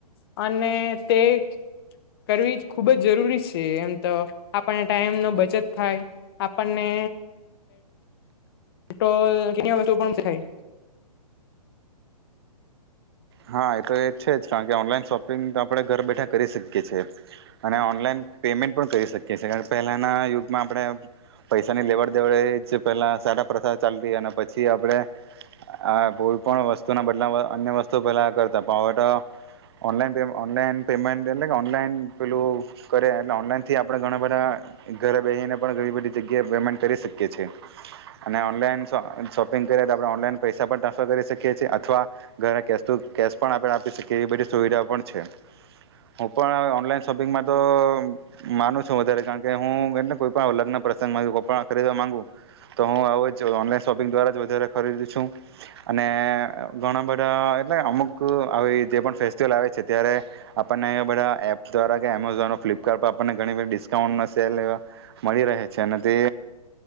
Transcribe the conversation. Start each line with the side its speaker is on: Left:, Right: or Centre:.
Left: અને તે કરવી ખુબ જ જરૂરી છે, એમ તો આપણને ટાઈમ નો બચત થાય આપણને... ટ્રોલ કેની આ વસ્તુ પણ શીખાય.
Right: હા એ તો એ છે જ કારણ કે ઓનલાઈન શોપિંગ તો આપડે ઘર બેઠા કરી શકીએ છે, અને ઓનલાઈન પેમેન્ટ પણ કરી શકીએ છે, કારણ કે પહેલાના યુગમાં આપડે પૈસાની લેવડ દેવડે એ જ પેલા સારા પ્રથા ચાલતી અને પછી આપડે આ કોઈ પણ વસ્તુના બદલામાં અન્ય વસ તો પેલા કરતા પ અવે તો ઓનલાઈન પેમ ઓનલાઈન પેમેન્ટ એટલે કે ઓનલાઈન પેલું કરે એટલે ઓનલાઈનથી આપડે ઘણા બધા ઘરે બેહીને પણ ઘણી બધી જગ્યાએ પેમેન્ટ કરી શકીએ છે, અને ઓનલાઈન શો શોપિંગ કરીએ તો આપડે ઓનલાઈન પૈસા પણ ટ્રાન્સફર કરી શકીએ છે અથવા ઘરે કે તુ કેશ પણ આપડે આપી શકીએ એવી બધી સુવિધાઓ પણ છે, હું પણ ઓનલાઈન શોપિંગમાં તો માનું છું વધારે કારણ કે હું એટલે કોઈ પણ લગ્ન પ્રસંગમાં કોઈ પણ ખરીદવા માંગુું તો હું આવું જ ઓનલાઈન શોપિંગ દ્વારા જ વધારે ખરીદું છું, અને ઘણા બધા... એટલે અમુક આવી જે પણ ફેસ્ટિવલ આવે છે, ત્યારે આપણને એ બધા એપ દ્વારા કે એમેઝોન ફ્લિપકાર્ટ પર આપણને ઘણી બધ ડિસ્કાઉન્ટ સેલ એ મળી રહે છે ને તે